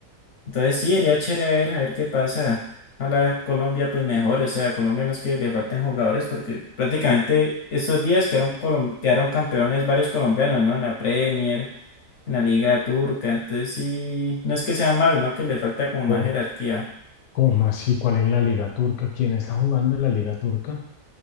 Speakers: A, on the left; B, on the left.
A: Entonces sí, sería chévere a ver, a ver qué pasa. Ojalá Colombia pues mejor, o sea, a Colombia no es que le falten jugadores porque prácticamente estos días quedaron, colom- quedaron campeones varios colombianos, ¿no? En la Premier, en la Liga Turca, entonces sí, no es que sea malo, sino que le falta como más
B: O,
A: jerarquía.
B: ¿Cómo así? ¿Cuál en la Liga Turca? ¿Quién está jugando en la Liga Turca?